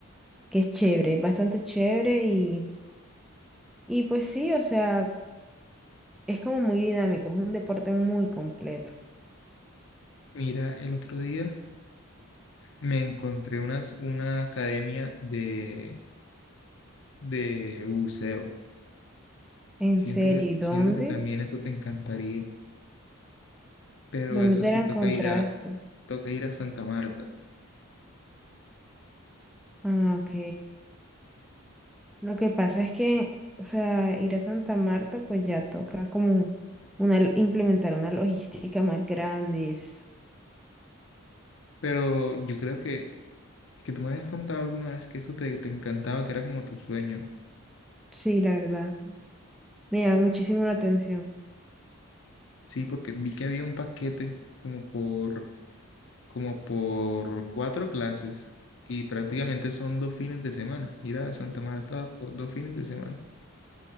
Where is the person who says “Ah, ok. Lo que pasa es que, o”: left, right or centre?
Centre